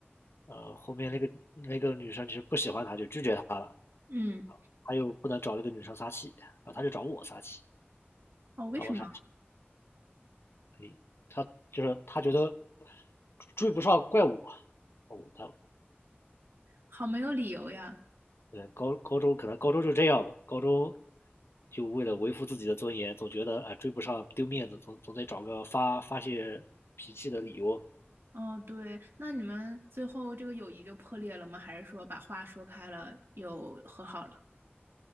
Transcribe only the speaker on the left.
呃，后面那个那个女生其实不喜欢他，就拒绝他了，
他又不能找那个女生撒气，然后他就找我撒气，
找我撒气，他就是他觉得。追不上怪我。哦，他
对高高中可能高中就这样吧，高中就为了维护自己的尊严，总觉得啊、追不上丢面子，总总得找个发发泄脾气的理由，